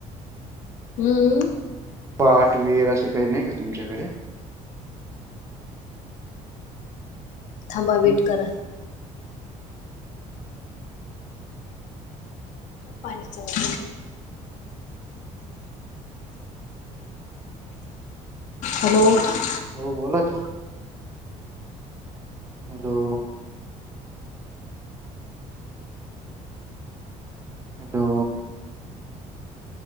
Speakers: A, on the left; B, on the right.
A: हम्म.
B: पाठ विहीर असं काही नाही का तुमच्याकडे?
A: थांबा
B: तुम
A: वेट करा. पाहिणी चत <inaudible> हॅलो!
B: हो, बोला की? हॅलो! हॅलो!